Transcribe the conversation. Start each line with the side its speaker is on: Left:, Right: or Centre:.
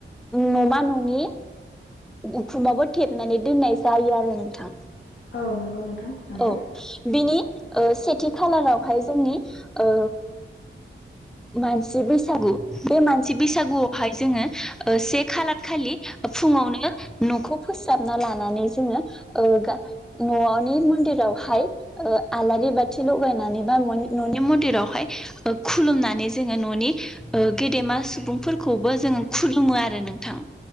Centre: नमा ननि उखुमाबो थेबनानै दोननाय जायो आरो नोंथां।
Left: औ नंगौ नोंथां नंगौ
Centre: औ बिनि से थि खालारावहाय जोंनि ओ मानसि बैसागु बे मानसि बैसागुआवहाय जोङो से खालार खालि फुङावनो नो नखौ फोसाबना लानानै जोङो ओ ननि मन्दिरावहाय आलारि बाथि लगायनानै बा ननि मन्दिरावहाय खुलुमनानै जोङो ननि ओ गेदेमा सुबुंफोरखौबो जोङो खुलुमो आरो नोंथां।